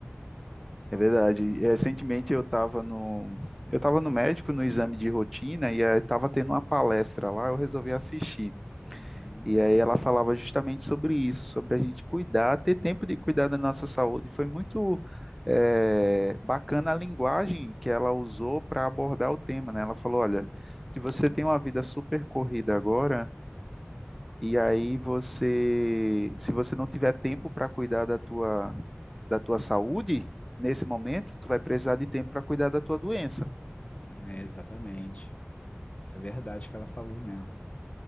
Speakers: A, in the centre; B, on the left.
A: É verdade. Recentemente eu estava no, eu estava no médico no exame de rotina e estava tendo uma palestra lá, eu resolvi assistir.
B: Uhum.
A: E aí ela falava justamente sobre isso, sobre a gente cuidar, ter tempo de cuidar da nossa saúde. Foi muito eh, bacana a linguagem que ela usou para abordar o tema, né? Ela falou, olha, se você tem uma vida super corrida agora, e aí você, se você não tiver tempo para cuidar da tua, da tua saúde, nesse momento, tu vai precisar de tempo para cuidar da tua doença.
B: É, exatamente. Isso é verdade que ela falou mesmo.